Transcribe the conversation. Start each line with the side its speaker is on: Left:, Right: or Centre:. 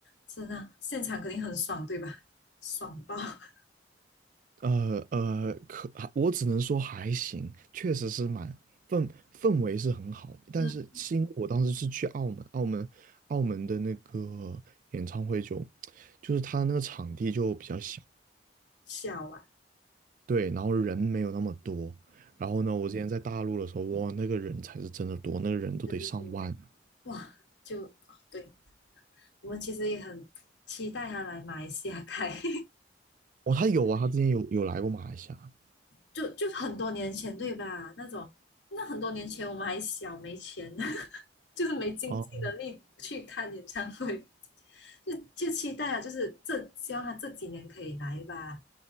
Left: 真的啊现场肯定很爽，对吧？<laughs> 爽爆！<laughs>
Right: 呃呃，可我只能说还行，确实是蛮氛氛围是很好，但是是因为我当时是去澳门，
Left: 嗯，
Right: 澳门澳门的那个演唱会就就是他那个场地就比较小，
Left: 笑啊，
Right: 对，然后人没有那么多。然后呢，我之前在大陆的时候，哇，那个人才是真的多，那个人都得上万啊。
Left: 嗯，哇，就哦对，我们其实也很期待他来马来西亚开。<laughs>
Right: 哦，他有啊，他之前有有来过马来西亚。
Left: 就就很多年前对吧？那种那很多年前我们还小没钱，<laughs> 就是没经济能力去看演唱会，
Right: 哦
Left: 就就期待啊，就是这希望他这几年可以来吧，